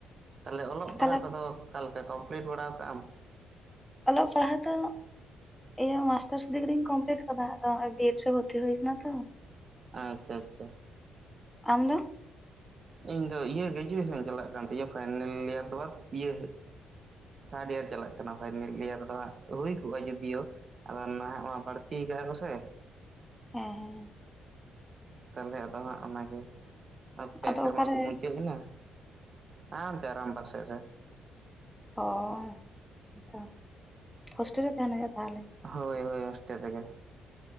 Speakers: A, on the right; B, in the centre.
A: ᱛᱟᱦᱞᱮ ᱚᱞᱚᱜ ᱯᱟᱲᱦᱟᱣ
B: ᱛᱟᱦᱚᱞᱮ
A: ᱠᱚᱫᱚ ᱚᱠᱟᱞᱮᱠᱟ ᱠᱚᱢᱯᱞᱤᱴ ᱵᱟᱲᱟ ᱣᱟᱠᱟᱜ ᱟᱢ?
B: ᱚᱞᱚᱜ ᱯᱟᱲᱦᱟᱜ ᱫᱚ ᱤᱭᱟᱹ ᱢᱟᱥᱴᱟᱨᱥ ᱰᱤᱜᱽᱨᱤᱧ ᱠᱚᱢᱯᱤᱞᱤᱴ ᱟᱠᱟᱫᱟ ᱟᱫᱚ ᱦᱚᱸᱚᱭ ᱵᱤ ᱮᱰ ᱨᱮ ᱵᱷᱚᱨᱛᱤ ᱦᱩᱭ ᱟᱠᱟᱱᱟ ᱛᱚ ᱾
A: ᱟᱪᱷᱟ ᱟᱪᱷᱟ ᱾
B: ᱟᱢ ᱫᱚ?
A: ᱤᱧ ᱫᱚ ᱤᱭᱟᱹ ᱜᱨᱮᱡᱩᱭᱮᱥᱚᱱ ᱪᱟᱞᱟᱜ ᱠᱟᱱ ᱛᱤᱧᱟᱹ ᱯᱷᱟᱭᱱᱮᱞ ᱤᱭᱟᱨ ᱵᱟᱫ ᱤᱭᱟᱹ ᱛᱷᱟᱨᱰ ᱤᱭᱟᱨ ᱪᱟᱞᱟᱜ ᱠᱟᱱᱟ ᱯᱷᱟᱭᱱᱮᱞ ᱤᱭᱟᱨ ᱨᱮᱫᱚ ᱦᱟᱸᱜ ᱦᱩᱭ ᱠᱚᱜᱼᱟ ᱡᱩᱫᱤᱭᱳ ᱟᱫᱚ ᱱᱟᱦᱟᱜ ᱢᱟ ᱵᱟᱹᱲᱛᱤ ᱟᱠᱟᱜ-ᱟ ᱠᱚᱥᱮ ᱾
B: ᱦᱮᱸ ᱦᱮᱸ ᱦᱮᱸ ᱾
A: ᱛᱟᱦᱞᱮ ᱟᱫᱚ ᱦᱟᱸᱜ ᱚᱱᱟᱜᱮ ᱯᱮ
B: ᱟᱫᱚ
A: ᱥᱮᱨᱢᱟ
B: ᱚᱠᱟᱨᱮ
A: ᱠᱚ ᱢᱩᱪᱟᱹᱫ ᱮᱱᱟ ᱾ ᱦᱟᱱᱛᱮ ᱟᱨᱟᱢᱵᱟᱠ ᱥᱮᱜ ᱨᱮ ᱾
B: ᱦᱚᱭ ᱟᱫᱚ ᱦᱳᱥᱴᱮᱞ ᱨᱮ ᱛᱟᱦᱮᱱᱟᱭ ᱥᱮ ᱛᱟᱦᱚᱞᱮ ᱾
A: ᱦᱳᱭ ᱦᱳᱭ ᱦᱳᱥᱴᱮᱞ ᱨᱮᱜᱮ ᱾